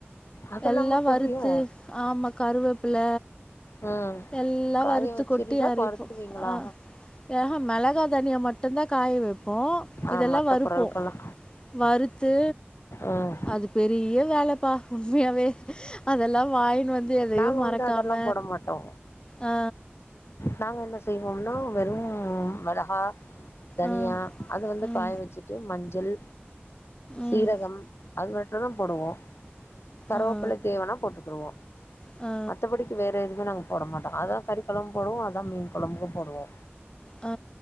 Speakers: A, on the left; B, on the left.
A: அதெல்லாமா
B: எல்லா
A: போடுவீங்க
B: வறுத்து ஆமா கருவேப்ல
A: ம்
B: எல்லா
A: காய
B: வறுத்து
A: வச்சிருடா
B: கொட்டி அரைப்போ
A: வருத்துவீங்களா
B: ஆ ஆஹா மெளகா தனியா மட்டு தா காய வைப்போ
A: ஆ
B: இதலா
A: மத்த
B: வறுப்போ
A: பொருட்கள்லா
B: வறுத்து
A: ம்
B: அது பெரிய வேல ப்ப உண்மையாவே அதெல்லா வாயனு வ வந்து எதையு
A: நாங்க
B: மறக்காம
A: வந்து அதெல்லா போட மாட்டோ
B: ஆ
A: நாங்க என்ன செய்வோம்னா வெறும் மெளகா தனியா
B: ஆ,
A: அது வந்து
B: ம்,
A: காய வச்சுட்டு மஞ் ஜல் சீரகம்
B: ம்,
A: அது மட்டு தா போடுவோ கருவேப்புள்ள
B: ஆ.
A: தேவனா போட்டுக்குருவோ
B: ஆ.
A: மத்தபடிக்கு வேற எதுக்கு நாங்க போட மாட்டோ அதா கறி கொழம்பு போடுவோ அதான் மீன் கொழம்புக்கு போடுவோ
B: ஆ